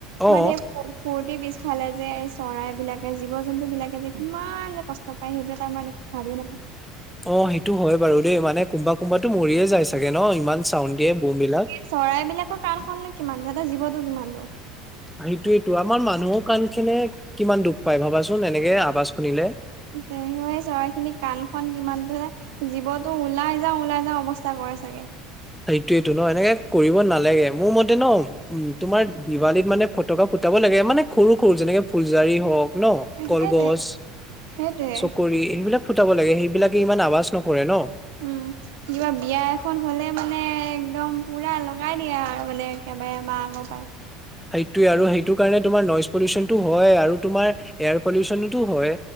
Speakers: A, in the centre; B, on the right.
A: অ
B: বাত সেই ফূৰ্তিৰ পিছফালে যে এই চৰাই বিলাকে জীৱ জন্তু বিলাকে যে কিমান যে কষ্ট। নাপায় সেইটো আমাৰ ভাবিয়ে নাপায়
A: অ সেইটো হয় বাৰু দেই মানে কোনবা কোনবাতো মৰিয়ে যায় চাগে ন ইমান চাউণ্ড দিয়ে বম বিলাক
B: চৰাই বিলাকৰ কাণ খন নু কিমান সিহঁতৰ জীৱতটো কিমানতো।
A: সেইটোয়েটো আমাৰ মানুহৰ কাণখনে কিমান দুখ পায় ভাবাচোন এনেকে আৱাজ শুনিলে।
B: তে সেই চৰাই খিনি কাণ খন কিমানতো জীৱতো ওলাই যাও ওলাই যাও অৱস্থা কৰে হয় চাগে।
A: সেইটোয়েইটো ন এনেকে কৰিব নালাগে মোৰ মতে ন উম তোমাৰ দিৱালীত মানে ফটকা ফুটাব লাগে মানে সৰু সৰু যেনেকে ফুলজাৰী হওঁক ন কলগছ
B: সেইটোৱে সেইটোৱে
A: চকৰি এইনবিলাক ফুটাব লাগে সেইবিলাক ইমান আৱাজ নকৰে ন
B: উম কিবা বিয়া এখন হ'লে মানে একদম পুৰা লগাই দিয়া আৰু মানে একেবাৰে মাৰ গম পাই
A: সেইটোৱে আৰু সেইটো কাৰণে তোমাৰ নইজ পলিউচনতটো হয় আৰু তোমাৰ এয়াৰ পলিউচনতো হয়।